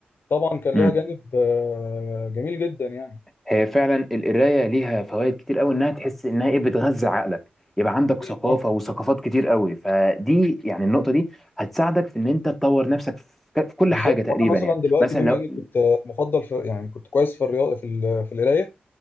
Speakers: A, on the left (about 60°); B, in the centre.
A: طبعا كان
B: امم.
A: ليها جانب آه، جميل جدا يعني
B: هي فعلا القرايه ليها فوائد كتير قوي انها تحس انها ايه بتغذي عقلك يبقى عندك
A: أكيد
B: ثقافه
A: أه
B: وثقافات كتير قوي فدي يعني النقطه دي هتساعدك في ان انت تطور نفسك في في كل
A: بالظبط
B: حاجه تقريبا
A: وأنا مثلا
B: يعني
A: دلوقتي
B: مثلا
A: بما
B: لو
A: إني كنت آه، مفضل في يعني كنت كويس في الرياضة في ال- في القراية